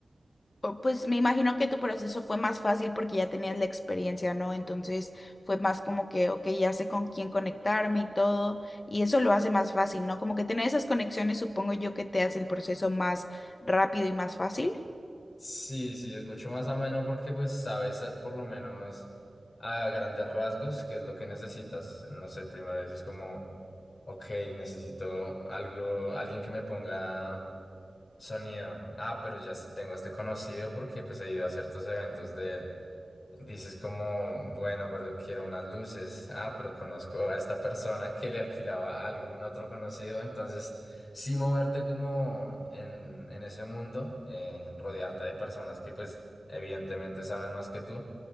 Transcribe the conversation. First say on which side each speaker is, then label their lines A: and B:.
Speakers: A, on the left; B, on the left.
A: O- Pues me imagino que tu proceso fue más fácil porque ya tenías la experiencia, ¿no? Entonces fue más como que, ok, ya sé con quién conectarme y todo, y eso lo hace más fácil, ¿no? Como que tener esas conexiones supongo yo que te hace el proceso más rápido y más fácil.
B: Sí, sí, es mucho más ameno porque pues sabes eh, por lo menos a grandes rasgos qué es lo que necesitas. No sé, primero dices como, ok, necesito algo, alguien que me ponga sonido. Ah, pero ya s- tengo a este conocido porque pues he ido a ciertos eventos de él. Dices como, bueno, pero quiero unas luces. Ah, pero conozco a esta persona que le alquilaba a algún otro conocido. Entonces, sí moverte como en, en ese mundo, eh, rodearte de personas que pues evidentemente saben más que tú,